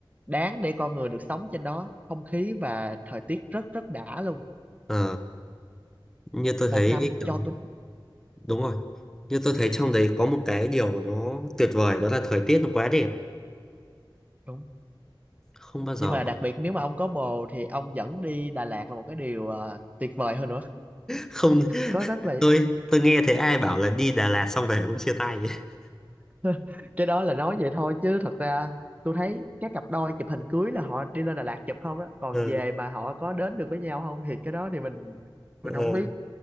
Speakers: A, on the right; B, in the centre.
A: đáng để con người được sống trên đó không khí và thời tiết rất rất đã luôn
B: Ờ, như tôi
A: một
B: thấy
A: năm
B: kiểu
A: cho tôi
B: Đúng rồi. Như tôi thấy trong đấy có một cái điều nó tuyệt vời đó là thời tiết nó quá đẹp.
A: đúng
B: Không bao giờ
A: nhưng mà đặc biệt nếu mà ông có bồ thì ông dẫn đi Đà Lạt là một cái điều ờ, tuyệt vời hơn nữa
B: không <laughs>
A: có rất là
B: tôi tôi nghe thấy ai bảo là đi Đà Lạt xong về cũng chia tay. <laughs>
A: <laughs> cái đó là nói vậy thôi chứ thật ra tôi thấy các cặp đôi chụp hình cưới là họ đi lên Đà Lạt chụp không đó còn
B: Ờ,
A: về mà họ có đến được với nhau không thì cái đó thì mình
B: ờ,
A: mình không biết